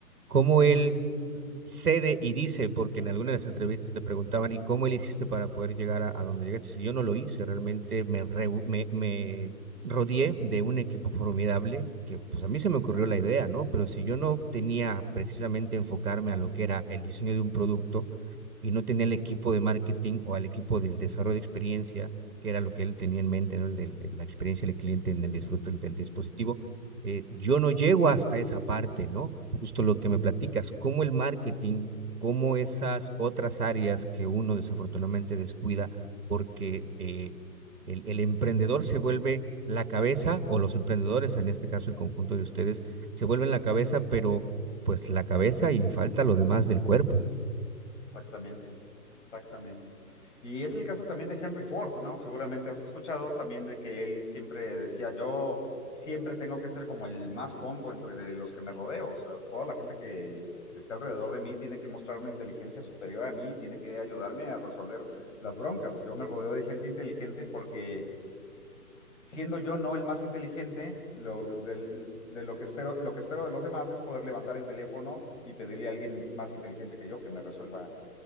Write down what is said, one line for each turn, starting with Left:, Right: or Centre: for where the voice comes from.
Right: Cómo él
Left: Ujú,
Right: cede y dice, porque en algunas de las entrevistas te preguntaban, ¿y cómo le hiciste para poder llegar a, a donde llegaste? Si yo no lo hice, realmente me, re, me, me, rodeé de un equipo formidable, que pues
Left: ujú.
Right: a mí se me ocurrió la idea, ¿no? Pero si yo no tenía precisamente enfocarme a lo que era el diseño de un producto y no tenía el equipo de marketing o al equipo del desarrollo de experiencia, que era lo que él tenía en mente, ¿no? El de, la experiencia del cliente en el disfrute del, del dispositivo, eh, yo no llego hasta esa parte, ¿no? Justo lo que me platicas, cómo el marketing, cómo esas otras áreas que uno desafortunadamente descuida porque eh, el, el emprendedor se vuelve la cabeza, o los emprendedores, en este caso el conjunto de ustedes, se vuelven la cabeza, pero pues la cabeza y falta lo demás del cuerpo.
Left: Exactamente, exactamente. Y es el caso también de Henry Ford, ¿no? Seguramente has escuchado también de que él siempre decía, yo siempre tengo que ser como el más tonto entre los que me rodeo, o sea, toda la gente que está alrededor de mí tiene que mostrar una inteligencia superior a mí, tiene que ayudarme a resolver las broncas. Yo me rodeo de gente inteligente porque siendo yo no el más inteligente, lo, del- de lo que espero, lo que espero de los demás es poder levantar el teléfono y pedirle a alguien más inteligente que yo que me resuelva